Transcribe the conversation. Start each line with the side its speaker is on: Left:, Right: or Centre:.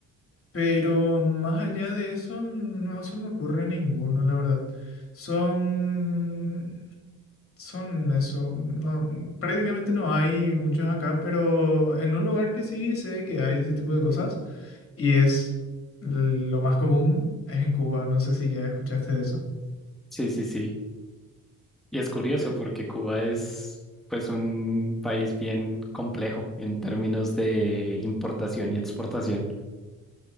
Left: Pero más allá de eso, no se me ocurre ninguno, la verdad. Son Son eso, no, prácticamente no hay muchos acá, pero en un lugar que sí sé que hay ese tipo de cosas y es lo más común es en Cuba, no sé si ya escuchaste de eso.
Centre: sí, sí, sí. Y es curioso
Left: Eh,
Centre: porque Cuba es pues un país bien complejo en términos de importación y exportación.